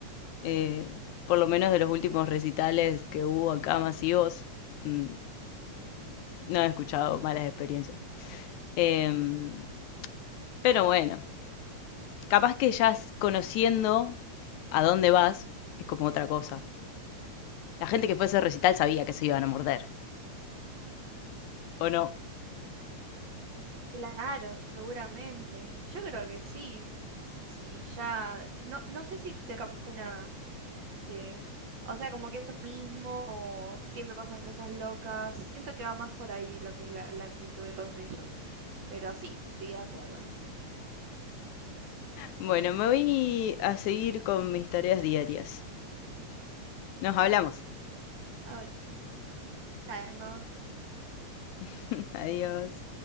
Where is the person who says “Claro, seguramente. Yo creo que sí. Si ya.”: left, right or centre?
Right